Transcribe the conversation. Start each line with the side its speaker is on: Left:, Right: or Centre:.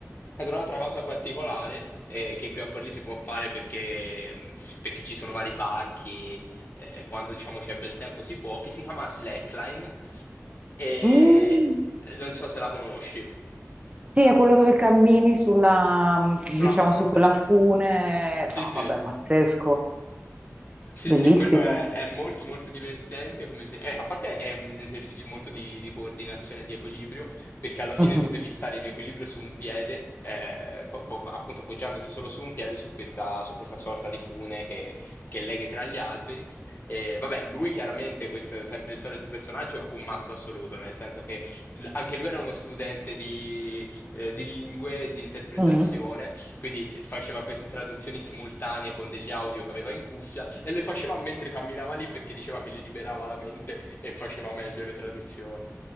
Left: Ad un'altra cosa particolare eh, che qui a Forlì si può fare perché, mh, perché ci sono vari parchi, eh, quando diciamo c'è bel tempo si può, che si chiama slackline e
Right: Mm.
Left: non so se la conosci,
Right: Sì, è quello dove cammini sulla, diciamo,
Left: sulla corda.
Right: su quella fune.
Left: Sì,
Right: No,
Left: sì.
Right: vabbè, pazzesco.
Left: Sì,
Right: Bellissimo.
Left: sì, quello è, è molto molto divertente, come se- eh, a parte è un esercizio molto di, di coordinazione e di equilibrio, perché alla fine
Right: Mhm.
Left: tu devi stare in equilibrio su un piede, eh, po- po- appunto appoggiandosi solo su un piede, su questa, su questa sorta di fune che, che leghi tra gli alberi. E, vabbè, lui chiaramente, questo è sempre il solito personaggio, un matto assoluto, nel senso che l- anche lui era uno studente di, eh, di lingue, e di interpretazione,
Right: Mhm.
Left: quindi eh, faceva queste traduzioni simultanee con degli audio che aveva in cuffia e le faceva mentre camminava lì perché diceva che gli liberava la mente e faceva meglio le traduzioni.